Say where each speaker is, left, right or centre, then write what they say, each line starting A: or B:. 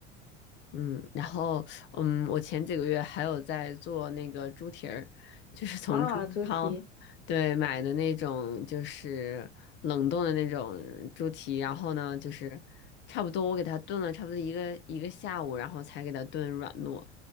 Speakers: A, on the left; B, on the left.
A: 嗯，然后嗯，我前几个月还有在做那个猪蹄儿，就是从中超
B: 啊，猪蹄。
A: 对买的那种，就是冷冻的那种猪蹄，然后呢，就是差不多我给它炖了差不多一个一个下午，然后才给它炖软糯，